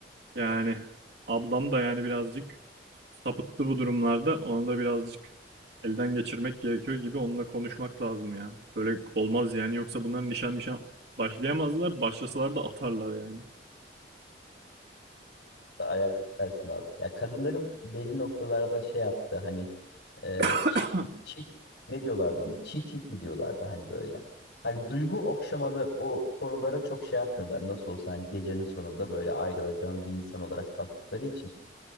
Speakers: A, on the right; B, on the left.
A: Yani ablam da yani birazcık sapıttı bu durumlarda. Onu da birazcık elden geçirmek gerekiyor gibi onunla konuşmak lazım ya. Böyle olmaz yani yoksa bunların nişan nişan başlayamazlar. Başlasalar da atarlar yani.
B: <laughs> Ayar geçersin abi. Ya kadınların belli noktalarda şey yaptı hani e,
A: <coughs>
B: cheat, cheat- ne diyorlardı ona? Cheating mi diyorlardı hani böyle. Hani duygu okşamalı o konulara çok şey yapmıyorlar. Nasıl olsa hani gecenin sonunda böyle ayrılacağım bir insan olarak baktıkları için.